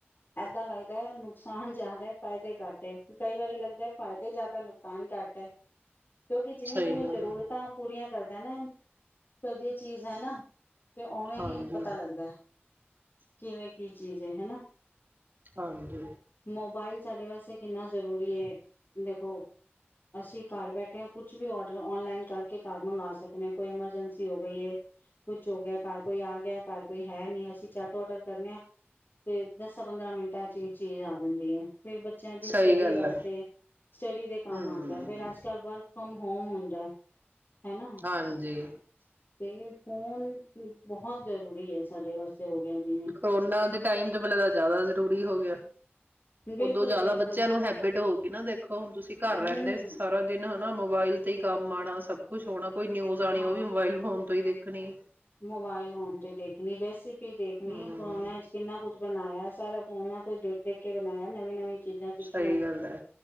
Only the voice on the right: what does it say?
ਸਹੀ
ਗੱਲ
ਹੈ
ਹਾਂਜੀ
ਹਾਂਜੀ
ਸਹੀ ਗੱਲ
ਹੈ
ਹੂੰ
ਹਾਂਜੀ
ਕਰੋਨਾ ਦੇ ਟਾਈਮ ਤੋਂ ਪਹਿਲ ਜ਼ਿਆਦਾ ਜ਼ਰੂਰੀ ਹੋ ਗਿਆ
ਉਦੋਂ ਜ਼ਿਆਦਾ
ਬੱਚਿਆਂ ਨੂੰ ਹੈਬਿਟ ਹੋ ਗਗੀ ਨਾ ਦੇਖੋ ਹੁਣ ਤੁਸੀਂ ਘਰ
ਰਹਿੰਦੇ ਸੀ ਸਾਰਾ ਦਿਨ ਨਾ ਮੋਬਾਇਲ ਤੇ ਹੀ ਕੰਮ ਆਉਣਾ ਸਭ ਕੁਛ ਕੋਈ ਨਿਊਜ਼ ਆਉਣੀ
ਉਹ ਵੀ ਮੋਬਾਇਲ ਫੋਨ ਤੋਂ ਹੀ ਦੇਖ ਕਿਣੇ
ਹਮ
ਸਹੀ ਗੱਲ ਹੈ